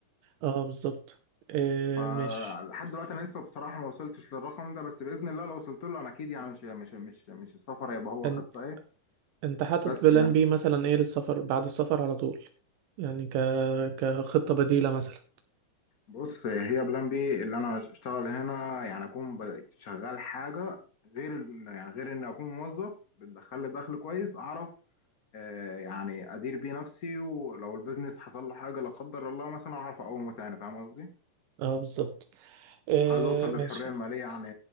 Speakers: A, on the right; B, on the left.
A: اه بالظبط إيه
B: فلحد
A: ماشي
B: دلوقتي انا لسه بصراحه ما وصلتش للرقم ده بس باذن الله لو وصلت له انا اكيد يعني مش مش مش مش السفر هيبقى هو
A: ان...
B: خطه ايه
A: انت حاطط
B: بس
A: بلان
B: يعني
A: بي مثلا ايه للسفر بعد السفر على طول يعني ك... كخطة بديلة مثلا
B: بص هي بلان بي اللي انا اشتغل هنا يعني اكون ب- شغال حاجه غير ال- يعني غير ان اكون موظف بتدخل لي دخل كويس اعرف آه، يعني ادير بيه نفسي ولو البيزنس حصل له حاجه لا قدر الله مثلا اعرف اقومه تاني فاهم قصدي
A: اه بالظبط إيه
B: عايز اوصل
A: ماشي
B: للحريه الماليه يعني